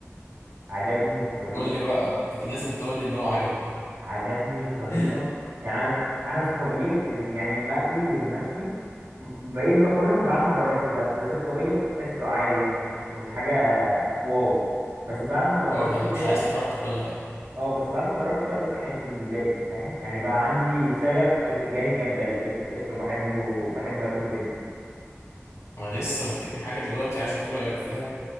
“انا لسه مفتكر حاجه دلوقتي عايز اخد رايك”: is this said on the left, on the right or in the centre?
Left